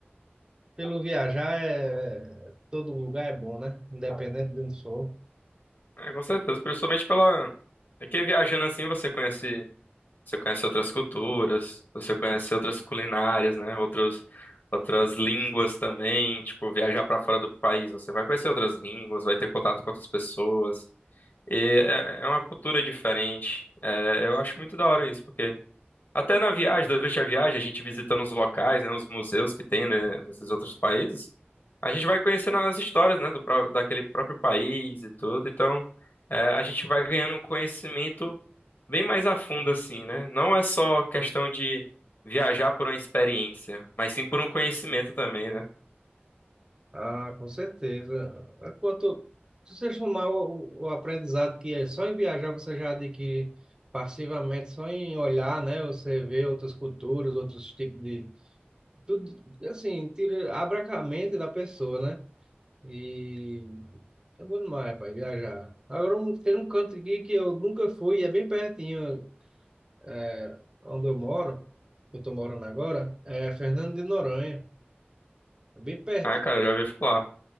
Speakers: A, on the right; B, on the left.
A: pelo viajar é, todo lugar é bom, né? Independente de onde for.
B: É, com certeza, principalmente pela. É que viajando assim você conhece, você conhece outras culturas, você conhece outras culinárias, né? Outros, outras línguas também. Tipo, viajar pra fora do país, você vai conhecer outras línguas, vai ter contato com outras pessoas. E é, é uma cultura diferente. É, eu acho muito da hora isso, porque Até na viagem, durante a viagem, a gente visitando os locais, né, os museus que tem, né, nesses outros países, a gente vai conhecendo as histórias, né, do, pró- daquele próprio país e tudo. Então, é, a gente vai ganhando um conhecimento bem mais a fundo, assim, né? Não é só questão de viajar por uma experiência, mas sim por um conhecimento também, né?
A: Ah, com certeza. É Quanto, se você somar o, o aprendizado que é só em viajar você já adquire passivamente, só em olhar, né? Você vê outras culturas, outros tipos de... Tudo, assim, tira, abre a mente da pessoa, né? E é bom demais, pai, viajar. Agora, um, tem um canto aqui que eu nunca fui, e é bem pertinho, é, onde eu moro, eu tô morando agora, é Fernando de Noronha. É bem pertinho.
B: Ah, cara, eu já ouvi falar.